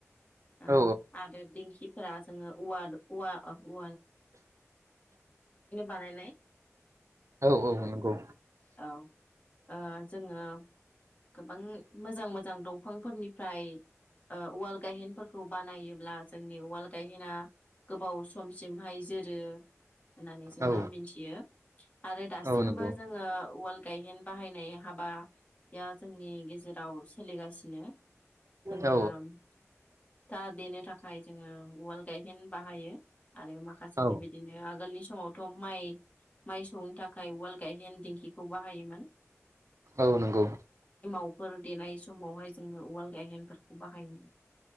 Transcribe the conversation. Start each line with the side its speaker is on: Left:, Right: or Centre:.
Left: ओ
Right: औ
Left: आरो दिंखि <inaudible> <inaudible> बिफांनिफ्रायनो बानायनाय
Right: औ औ नंगौ
Left: औ ओ जोङो गोबां मोजां मोजां दंफांफोरनिफ्राय ओ उवाल गाहेनफोरखौ बानायो ब्ला जोंनि उवाल गाहेना गोबाव सम समसिमहाय जोरो होननानै जोङो
Right: औ
Left: मिथियो आरो दासिमबो
Right: औ नंगौ
Left: जोङो उवाल गायहेन बाहायनाय हाबा <inaudible> जोंनि गेजेराव सोलिगासिनो जोङो
Right: औ
Left: फिथा देनो थाखाय जोङो उवाल गायहेन बाहायो आरो माखासे
Right: औ
Left: बेबायदिनो आगोलनि समावथ' माइ माइ सौनो थाखाय उवाल गाहेन दिंखिखौ बाहायोमोन।
Right: औ नंगौ
Left: उन देनाय समावहाय जोङो उवाल गायहेनफोरखौ बाहायोमोन।